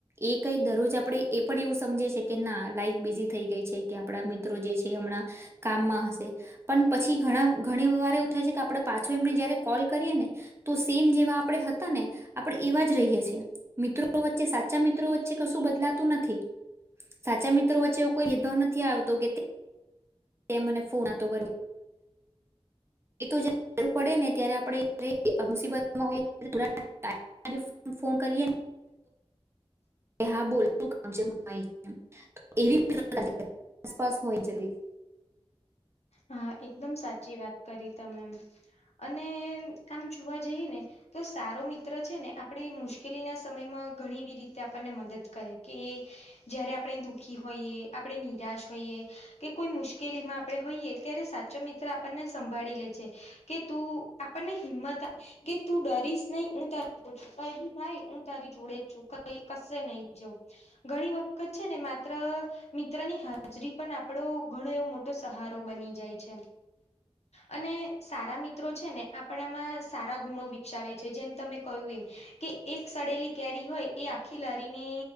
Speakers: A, on the right; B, on the left.
A: એ કંઈ દરરોજ આપણે એ પણ એવું સમજે છે, કે ના લાઈફ બિઝી થઈ ગઈ છે કે આપણા મિત્રો જે છે એ હમણાં કામમાં હશે, પણ પછી ઘણા ઘણી વાર એવું થાય છે કે આપણે પાછું એમને જયારે કોલ કરીએ ને તો સેમ જેવા આપણે હતા ને આપણે એવા જ રહીએ છે. મિત્રો વચ્ચે સાચા મિત્રો વચ્ચે કશું બદલાતું નથી. સાચા મિત્રો વચ્ચે એવો કોઈ ભેદભાવ નથી આવતો કે તે મને ફોન <inaudible> એ તો <inaudible> જરૂર પડે ને ત્યારે આપણે <inaudible> મુસીબતમાં હોય <inaudible> ફોન કરીએન કે હા બોલ શું કામ <inaudible>
B: હા, એકદમ સાચી વાત કરી, તમેમ અને આમ જોવા જઈ ને. તો સારો મિત્ર છે ને, આપણે મુશ્કેલીના સમયમાં ઘણી એવી રીતે આપણને મદદ કરે કે. જયારે આપણે દુઃખી હોઈએ, આપણે નિરાશ હોઈએ કે કોઈ મુશ્કેલીમાં આપણે હોઈએ. ત્યારે સાચો મિત્ર આપણને સંભાળી લે છે કે, તું આપણને હિંમત કે તું ડરીશ નહી, હું તારી પ છું ક બી થાય, હું તારી જોડે જ છું, કઈ કશે નહી જઉં. ઘણી વખત છે ને, માત્ર મિત્રની હાજરી પણ આપડો ઘણો એવો મોટો સહારો બની જાય છે. અને સારા મિત્રો છે ને, આપણામાં સારા ગુણો વિકસાવે છે જેમ તમે કહ્યું એમ. કે એક સડેલી કેરી હોય, એ આખી લારીને.